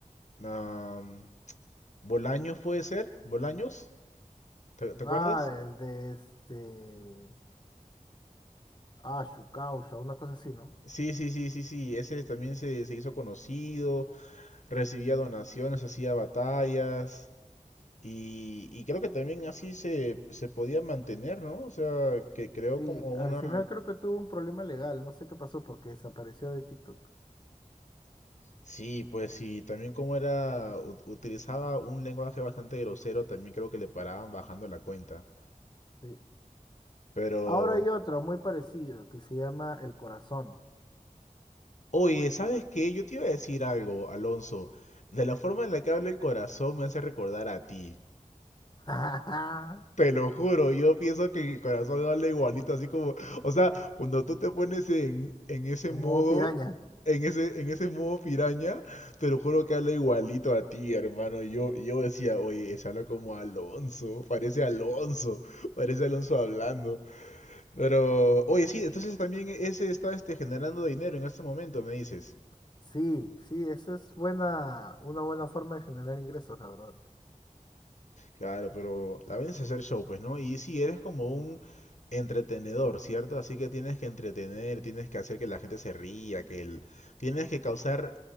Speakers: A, on the left; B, on the left.
A: ah, Bolaños puede ser, Bolaños, ¿te, te acuerdas?
B: Ah, el de este. Ah, su causa, una cosa así, ¿no?
A: Sí, sí, sí, sí, sí, ese también se, se hizo conocido, recibía donaciones, hacía batallas y, y creo que también así se, se podía mantener, ¿no? O sea, que creó
B: Sí,
A: como
B: al
A: una...
B: final creo que tuvo un problema legal, no sé qué pasó porque desapareció de TikTok.
A: Sí, pues sí, también como era, ut- utilizaba un lenguaje bastante grosero, también creo que le paraban bajando la cuenta.
B: Sí.
A: Pero,
B: Ahora hay otro muy parecido que se llama El Corazón.
A: oye, ¿sabes qué? Yo te iba a decir algo, Alonso. De la forma en la que habla el corazón me hace recordar a ti.
B: Ajá,
A: Te lo juro, yo pienso que mi corazón habla igualito, así como, o sea, cuando tú te pones en, en ese
B: en
A: modo,
B: modo piraña.
A: en ese, en ese modo piraña, te lo juro que habla igualito a ti, hermano. Y Yo, y yo decía, oye, se habla como Alonso, parece Alonso, parece Alonso hablando. Pero, oye, sí, entonces también ese está este, generando dinero en este momento, me dices.
B: Sí, sí, esa es buena, una buena forma de generar ingresos, la verdad.
A: Claro, pero la vaina es hacer show, pues, ¿no? Y si eres como un entretenedor, ¿cierto? Así que tienes que entretener, tienes que hacer que la gente se ría, que el... tienes que causar